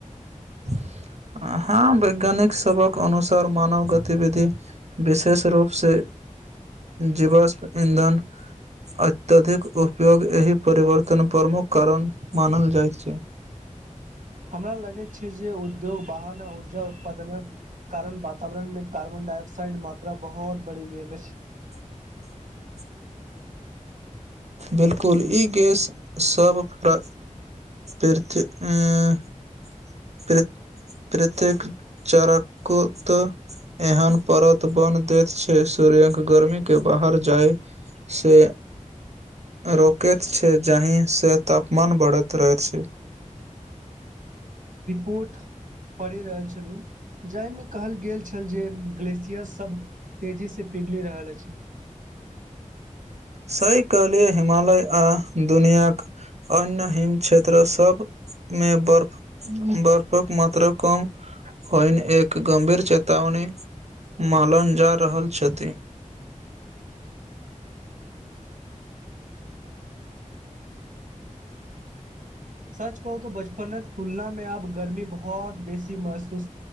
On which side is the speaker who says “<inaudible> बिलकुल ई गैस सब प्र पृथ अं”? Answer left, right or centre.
Right